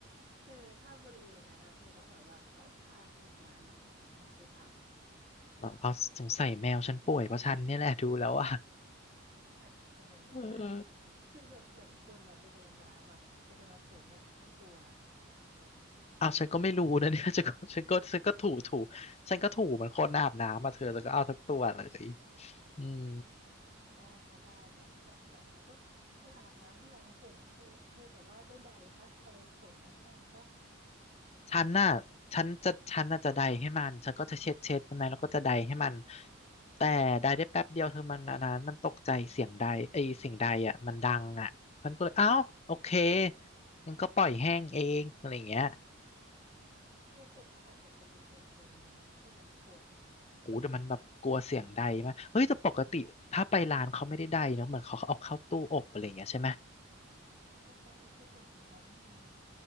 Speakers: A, on the right (about 40°); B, on the left (about 30°).
A: เธอถ้าบริเวณนั้นนะเธอต้องแบบว่าเอาผ้าชุบน้ำอ่ะมาเช็ดเอา
B: เหรอเอาสงสัยแมวฉันป่วยเพราะฉันเนี่ยแหละดูแล้วอ่ะ
A: อาจจะเป็นอย่างนั้นนะ
B: เออเอ
A: คือแบบเหมือนคนอะไปโดนน้ำอะไปโดนน้ำฝนเนี่ยทั้งตัว
B: ้าฉันก็ไม่รู้นะเนี่ย <laughs> ฉันก็ฉันก็ฉันก็ถูถูฉันก็ถูเหมันคนอาบน้ำมาเธอแันวก็เอาทั้งตัวเลยอืม
A: ไม่ไม่ได้ต้องปรับใหม่แล้วก็เธออาบน้ำให้น้องเสร็จอ่ะเธอเธอแบบว่าได้ใดปะใดขนให้แห้งปะ
B: ฉันน่ะฉันจะฉันน่ะจะใดให้มันฉันก็จะเช็ดเช็ดใช่ไหมแล้วก็จะใดให้มันแต่ใดได้แป๊บเดียวเธอมันอันนั้นมันตกใจเสียงใดไอยเสียงใดอ่ะมันดังอ่ะมันก็เลยอ้าวโอเคงั้นก็ปล่อยแห้งเองอะไรอย่างเงี้ย
A: เนี่ยฉันว่าอาจจะเป็นอีกเหตุผลหนึ่งอะที่น้องป่วย
B: โอ้แต่มันแบบกลัวเสียงใดมากเฮ้ยแต่ปกติถ้าไปร้านเขาไม่ได้ใดเนอะเหมือนเขาเอาเข้าตู้อบอะไรอย่างเงี้ยใช่ไหม
A: ก็เพราะมีตู้อบไงเราไม่มี